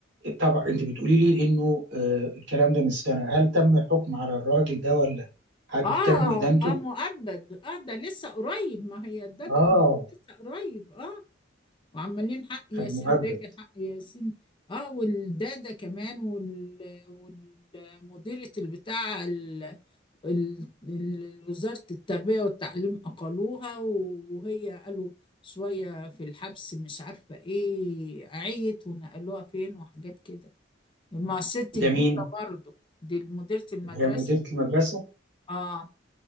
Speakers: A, on the right; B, on the left.
A: طبعا أنت بتقولي لي إنه آه، الكلام ده من سنة هل تم الحكم على الراجل ده ولا حد
B: اه
A: تم إدانته؟
B: اه مؤبد اه ده لسه قريب ما هي ده ج-
A: آه
B: لسه قريب اه وعمالين حق ياسين
A: خد مهبب
B: رجع حق ياسين اه والدادة كمان وال والمديرة البتاع ال... ال... ال- وزارة التربية والتعليم أقلوها وهي قالوا شوية في الحبس مش عارفة ايه عيت ونقلوها فين وحاجات كده ما ست كبيرة
A: ده مين
B: برضه دي مديرة المدرسة
A: اللي هي مديرة المدرسة
B: اه